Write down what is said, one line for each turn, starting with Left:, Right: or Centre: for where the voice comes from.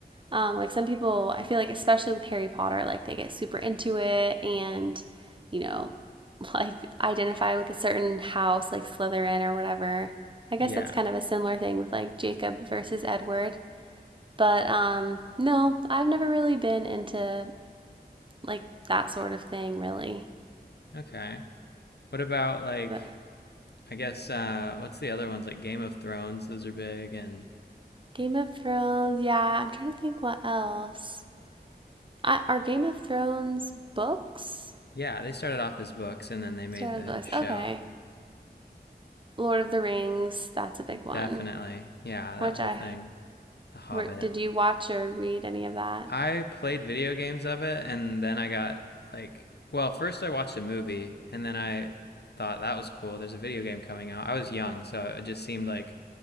Right: Um, like some people, I feel like especially with Harry Potter, like they get super into it and you know, <laughs> like identify with a certain house, like Slytherin or whatever. I guess
Left: Yeah.
Right: that's kind of a similar thing with like Jacob versus Edward. But um, no, I've never really been into like that sort of thing, really.
Left: Okay. What about like?
Right: But
Left: I guess uh, what's the other ones like Game of Thrones? Those are big and
Right: Game of Thrones. Yeah, I'm trying to think what else. I, are Game of Thrones books?
Left: yeah, they started off as books and then they made
Right: Star
Left: the
Right: Wars books.
Left: show.
Right: Okay. Lord of the Rings. That's a big one.
Left: Definitely. Yeah, that
Right: Which
Left: whole
Right: I
Left: thing. The Hobbit.
Right: were, did you watch or read any of that?
Left: I played video games of it and then I got like well, first I watched a movie and then I thought that was cool. There's a video game coming out. I was young, so it just seemed like